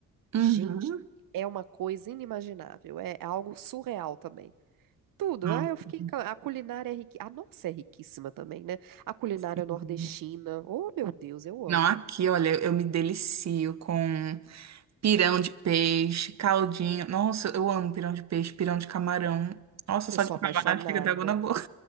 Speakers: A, on the right; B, on the right.
A: Gente,
B: uhum.
A: é uma coisa inimaginável, é é algo surreal também. Tudo,
B: Nossa,
A: ah, eu fiquei, encan- a culinária é riquíssima, a nossa é riquíssima também, né? A culinária
B: sim.
A: nordestina, oh meu Deus, eu amo.
B: Não, aqui, olha, eu me delicio com pirão de peixe, caldinho. Nossa, eu amo pirão de peixe, pirão de camarão. Nossa,
A: Eu
B: só
A: sou
B: de
A: apaixonada.
B: falar, fica da água na boca.